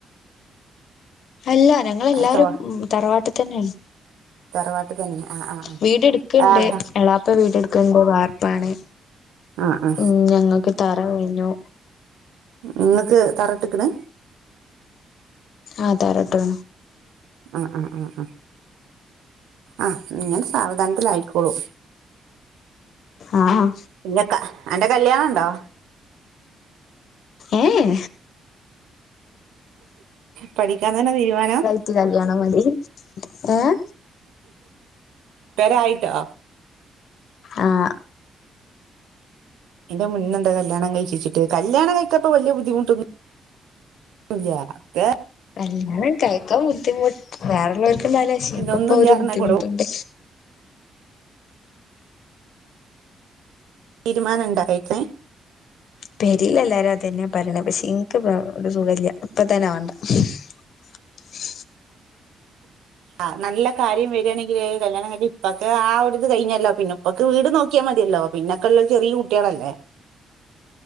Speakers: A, on the left (about 65°); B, on the right (about 75°).
A: അല്ല ഞങ്ങളെല്ലാരും
B: തറ
A: തറവാട്ടിൽ തന്നെയാണ്
B: തറവാട്ടിതന്നെ ആഹ് ആഹ്
A: വീട് എടുക്കണ്ട്
B: ആഹ്
A: എളാ- ഇപ്പൊ വീടെടുക്കാൻ പോവാ വാർപ്പാണെ
B: ആഹ് ആഹ്
A: ഉം ഞങ്ങക്ക് തറ കഴിഞ്ഞു
B: നിങ്ങക്ക് തറയിട്ട്ക്ക്‌ണ്
A: ആ തറയിട്ട്
B: അഹ് അഹ് അ ഹ് അഹ് ആഹ് നിങ്ങൾ സാവധാനത്തിൽയായിക്കോളു
A: ആഹ്
B: പിന്നെക്ക അന്റെ കല്യാണം ഉണ്ടോ
A: ഏയ്
B: പഠിക്കാൻ തന്നെ തീരുമാനം
A: എനിക്ക് കല്ല്യാണം മതി ഏഹ
B: പെരയായിട്ടോ
A: ആഹ്
B: എന്റെ മുന്നെ <unintelligible> ന്ത കല്യാണം കഴിഴിച്ചിട്ട് കല്യാണം കഴിച്ചപ്പോ വലിയ ബുദ്ധിമുട്ടു ഒന്നും ഇല്ലാ അതൊക്കെ
A: കല്യാണം കഴിക്കാൻ ബുദ്ധിമുട്ട് വേറേയുള്ളവർക്കെണ്ടാല് ശി <unintelligible> ക്ക
B: ഒന്നുമില്ല
A: ഇപ്പ അവര്
B: പറഞ്ഞാൽ
A: ബുദ്ധിമുട്ടുണ്ട്
B: കൊണ്ടു തീരുമാനം എന്താ അറിക്കണേ
A: പെരേല് എല്ലാരും അത് തന്നെയാ പറയണേ പക്ഷെ എനിക്ക് ഒരു സുഖവില്ല ഇപ്പ തന്നെ വേണ്ട സും <unintelligible>
B: ആ നല്ല കാര്യം വരിയാണെങ്കില് കല്യാണം കഴിഞ്ഞ് ഇപ്പൊക്കെ ആ ഒരുരിത് കഴിഞ്ഞല്ലോ പിന്നെ - ഇപ്പൊക്ക് വീട് നോക്കിയാ മതിയല്ലോ പിന്നൊക്കെയുള്ളത് ചെറിയാ കുട്ടികളല്ലേ